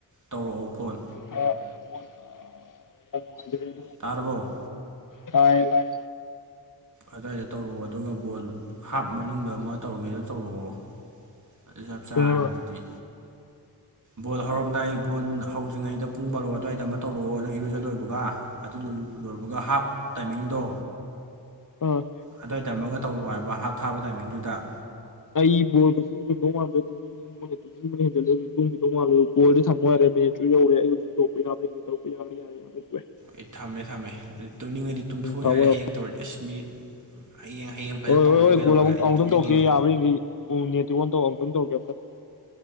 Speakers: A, on the right; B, on the left.
A: ꯇꯧꯔꯛꯑꯣ ꯐꯣꯟ
B: ꯑ
A: ꯇꯥꯔꯔꯕꯣ
B: ꯇꯥꯏ ꯇꯥꯏ
A: ꯑꯗꯨꯋꯥꯏꯗ ꯇꯧꯔꯛꯑꯣ ꯑꯗꯨꯒ ꯕꯣꯜ ꯍꯥꯞ ꯃꯅꯨꯡꯗ ꯑꯃ ꯇꯧꯔꯒꯦꯗ ꯇꯧꯔꯛꯑꯣ ꯑꯗꯨ ꯆꯞ ꯆꯥꯔꯅꯤ
B: ꯀꯩ ꯍꯥꯏꯕ
A: ꯑꯗꯨꯗꯤ ꯕꯣꯜ ꯍꯧꯔꯝꯗꯥꯏ ꯕꯣꯜ ꯍꯧꯗ꯭ꯔꯤꯉꯩꯗ ꯄꯨꯡ ꯕꯥꯔꯣ ꯑꯗꯨꯋꯥꯏꯗ ꯑꯃ ꯇꯧꯔꯛꯑꯣꯅ ꯏꯔꯨꯖꯜꯂꯣꯏꯕꯒ ꯑꯗꯨ ꯂꯣꯏꯕꯒ ꯍꯥꯞ ꯇꯥꯏꯃꯤꯡꯗꯣ
B: ꯎꯝ
A: ꯑꯗꯨꯋꯥꯏ ꯇꯝ ꯑꯃꯃꯒ ꯇꯧꯔꯨ ꯍꯥꯏꯕ ꯍꯥꯞ ꯊꯥꯕ ꯇꯥꯏꯃꯤꯡꯗꯨꯗ
B: ꯑꯩꯕꯣꯜ ꯀꯁꯨ ꯅꯣ ꯃꯥꯗ ꯅꯤꯡꯕ ꯍꯦꯟꯜꯂꯦ ꯑꯗꯨ ꯇꯨꯡꯒꯤꯗꯧ ꯃꯥꯜꯂꯦ ꯣꯜꯗꯤ ꯊꯝꯃꯣꯏꯔꯦꯠꯁꯨ ꯌꯧꯔꯦ ꯑꯩ ꯍꯧꯖꯤꯛ ꯇꯧꯛꯄ ꯌꯥꯕ꯭ꯔꯅꯦ ꯇꯧꯛꯄ ꯌꯥꯕ꯭ꯔꯦ <unintelligible>
A: ꯑꯩ ꯊꯝꯃꯦ ꯊꯝꯃꯦ ꯑꯗꯨ ꯇꯨꯝꯅꯤꯡꯉꯗꯤ ꯇꯨꯝꯊꯣꯛ
B: ꯊꯝꯃꯣ
A: ꯌꯥꯔꯦ
B: ꯊꯝꯃꯣ
A: ꯍꯌꯦꯡ ꯇꯧꯔꯗꯤ ꯑꯁꯃꯤꯠ ꯍꯌꯦꯡ ꯍꯌꯦꯡ ꯐꯖꯅ
B: ꯍꯣꯏ
A: ꯇꯧꯔꯗꯤ
B: ꯍꯣꯏ ꯍꯣꯏ
A: ꯀꯩꯗꯧꯔꯒꯦ
B: ꯀꯣꯜ ꯑꯃꯨꯛ
A: ꯑꯩꯁꯨ
B: ꯑꯃꯨꯛꯇꯪ
A: ꯇꯨꯝꯅꯤꯡꯉꯤꯃꯤ
B: ꯇꯧꯛꯀꯦ ꯌꯥꯕꯔꯤꯈꯩ ꯄꯨꯡꯅꯦ ꯇꯤꯉꯣꯟ ꯇꯧ ꯑꯨꯛꯇꯪ ꯇꯧꯀꯦ ꯑꯨꯛꯇꯪ